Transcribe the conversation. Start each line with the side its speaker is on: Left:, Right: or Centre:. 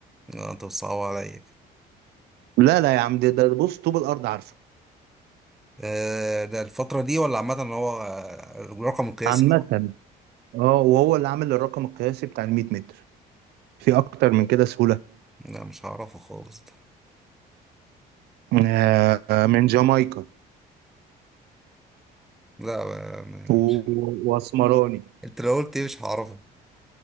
Centre: لا، انت بتصعب عليا كده.
Right: لا لا يا عم ده ده بص طوب الأرض عارفه
Centre: آه، ده الفترة دي ولا عامة ان هو آه، رقم قياسي
Right: عامة اه وهو اللي عامل الرقم القياسي بتاع ال 100 متر في أكتر من كده سهولة
Centre: لا مش هعرفه خالص ده
Right: آه، من جامايكا
Centre: لا ما- ما-
Right: و-
Centre: مش
Right: وأسمراني
Centre: انت لو قلت ايه مش هعرفه